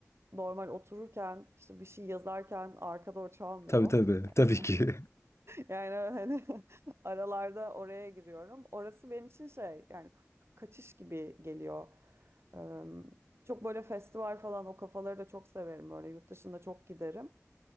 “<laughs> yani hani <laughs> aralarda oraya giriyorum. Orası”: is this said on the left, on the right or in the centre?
Right